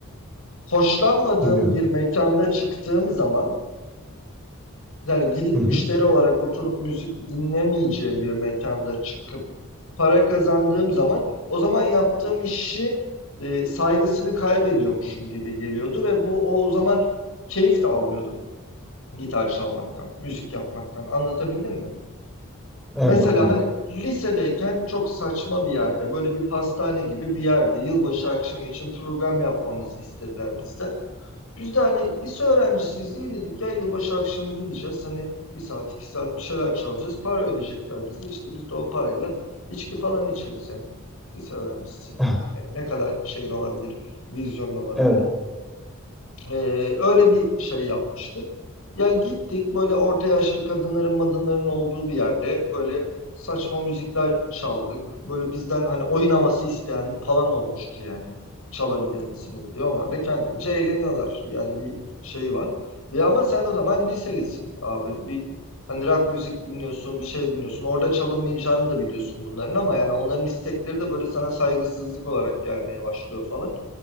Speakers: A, on the left; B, in the centre.
A: hoşlanmadığım
B: Dinliyorum.
A: bir mekanda çıktığım zaman yani gidip
B: Hı hı.
A: müşteri olarak oturup müzik dinlemeyeceğim bir mekanda çıkıp para kazandığım zaman o zaman yaptığım işin e, saygısını kaybediyormuşum gibi geliyordu ve bu o zaman keyif de almıyordum gitar çalmaktan, müzik yapmaktan. Anlatabildim mi?
B: Evet
A: Mesela
B: anlıyorum.
A: hani lisedeyken çok saçma bir yerde, böyle bir pastane gibi bir yerde yılbaşı akşamı için program yapmamızı istediler bizden. Biz de hani lise öğrencisiyiz iyi dedik ya yılbaşı akşamı gideceğiz. Hani bir saat iki saat bir şeyler çalacağız. Para ödeyecekler bize. İşte biz de o parayla içki falan içeriz yani. Lise öğrencisi
B: <laughs>
A: ne kadar şeyin olabilir, vizyonun olabilir.
B: Evet.
A: Ee, öyle bir şey yapmıştık. Ya gittik böyle orta yaşlı kadınların madınların olduğu bir yerde böyle saçma müzikler çaldık. Böyle bizden hani oyun havası isteyen falan olmuştu yani. Çalabilir misiniz diye. Onlar da kendince eğleniyorlar. Yani bir şeyi var. Ya ama sen o zaman liselisin abi. Bir hani rock müzik dinliyorsun, bir şey dinliyorsun. Orada çalınmayacağını da biliyorsun bunların ama yani onların istekleri de böyle sana saygısızlık olarak gelmeye başlıyor falan.